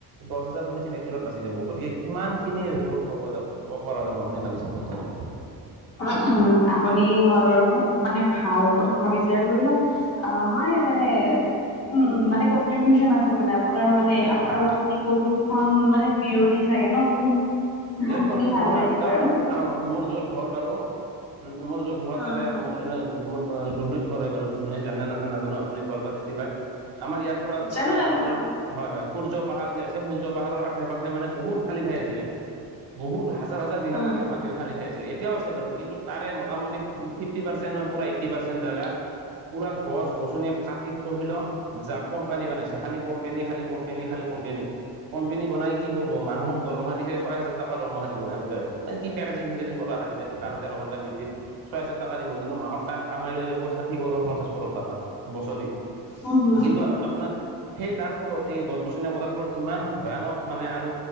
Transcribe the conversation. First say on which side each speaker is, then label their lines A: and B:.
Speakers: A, on the right (about 65°); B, on the left (about 40°).
A: দহ হাজাৰ পলিঠিন একদিনত বাছি যাব গতিকে কিমান খিনি ৰত। হ'ব যব হ'ব পৰা যাব আপুনি ভাবি চা শকাৰ কথাটো।
B: আ উম আপুনি হয় বাৰু বহুত মানে ভাল কথা ভাবিছে ধৰি লওক আহ। হয় মানে উম উম মানে কনট্ৰিবউচন আছে মানে আপোনাৰ মানে
A: একদম
B: আৰু আপুনি। প্ৰদূষণ মানে বিৰধি চাগে ন বহুত।
A: একদম
B: শুনি
A: একদম
B: ভাল
A: হয়
B: লাগে
A: একদ
B: বাৰু
A: মোৰ য'ত ঘৰ বাৰু মোৰ য'ত ঘৰ
B: উম
A: তাতে মোৰ। তেনে মোৰ দুধনৈত ঘৰ হয় বাৰু দুধনৈ জানে নাজানে নাজানো আপুনি গোৱালপাৰ ডিষ্ট্ৰিক্ট হয় আমাৰ ইয়াত।
B: জানো জানো
A: আপোনাৰ
B: জানো
A: হয় হয় সূৰ্য পাহাৰ যে আছে সূৰ্য পাহাৰৰ আশে পাশে মানে বহুত খালী ঠাই আছিলে। বহুত হাজাৰ হাজাৰ বিঘা
B: উম
A: ম মাটিৰ খালীঠাই আছিল এতিয়াও আছে বাৰু কিন্তু। তাৰে মোটামুটি ফিফটি পাৰ্চেণ্টৰ পৰা এইটি পাৰ্চেণ্ট জেগা। পুৰা গছ -গছনিয কাটি তহিলং। যাক কোম্পানী বনাইছে খালী কোম্পানী খালী কোম্পানী খালী কোম্পানী। কোম্পেনী বনাই কি ক'ব মানুহক দৰমহা দিছে। ছয় হাজাৰ টকা দৰমহা দিব এমপ্লয়ক মান কি পেকেজিং- ফেকেজিং হাবি যাবি বাৰ তেৰ ঘণ্টা ডিউটিত। ছয় হাজাৰ টকা দিব কিন্তু মাহত কামাই লৈ যাব ষাঠি কৰোৰ পঞ্চাশ কৰোৰ টকা বছৰি।
B: উম হুম
A: কিন্তু আপোনাৰ। সেই তাৰ ফলত এই গছ -গছনি কটাৰ ফলত ইমান ভয়ানক মানে আৰু